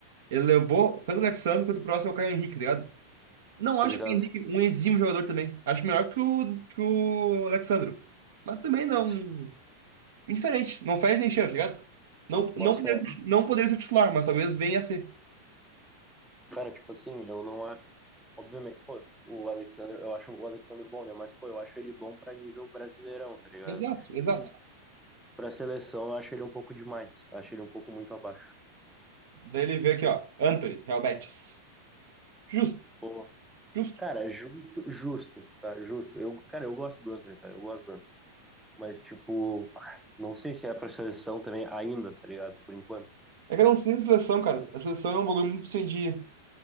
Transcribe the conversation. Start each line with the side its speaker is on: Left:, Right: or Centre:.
Right: Ele levou tanto o Alexandre quanto o próximo é o Caio Henrique, tá ligado? Não
Centre: tô
Right: acho
Centre: ligado.
Right: que o Henrique um exímio jogador também. Acho melhor que o, que o Alexandre. Mas também não.
Centre: Sim.
Right: Indiferente. Não faz nem cheiro, tá ligado? Não,
Centre: Bota
Right: não, poderia,
Centre: fé.
Right: ser- não poderia ser titular, mas talvez venha a ser.
Centre: Cara, tipo assim, eu não é. Obviamente, pô, o Alexander, eu acho o Alexander bom, né? Mas, pô, eu acho ele bom pra nível brasileirão, tá ligado?
Right: Exato, exato.
Centre: Tipo assim, pra seleção eu acho ele um pouco demais. Acho ele um pouco muito abaixo.
Right: Daí ele vê aqui, ó. Anthony, Real Betis. Justo,
Centre: Pô,
Right: justo.
Centre: Cara, justo, justo, tá? Justo. Eu, cara, eu gosto do Antony, tá? Eu gosto do Antony. Mas, tipo, pá, não sei se é pra seleção também ainda, tá ligado? Por enquanto.
Right: É que eu não sei a seleção, cara. A seleção é um bagulho muito sem de.